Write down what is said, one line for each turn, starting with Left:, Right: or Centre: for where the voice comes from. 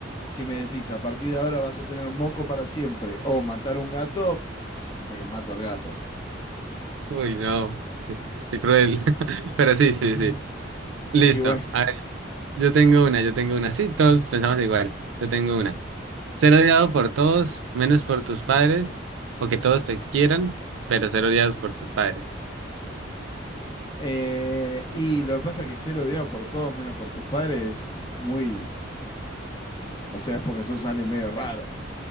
Left: si me decís, a partir de ahora vas a tener moco para siempre, o matar a un gato, eh, mato al gato.
Right: Uy, no, qué, qué cruel. <laughs> Pero sí, sí,
Left: Y,
Right: sí.
Left: bu-
Right: Listo.
Left: y bueno,
Right: A ver, yo tengo una, yo tengo una. Sí, todos pensamos igual. Yo tengo una. Ser odiado por todos, menos por tus padres, o que todos te quieran, pero ser odiados por tus padres.
Left: eh, y lo que pasa es que ser odiado por todos menos por tus padres es muy O sea, es porque sos alguien medio raro.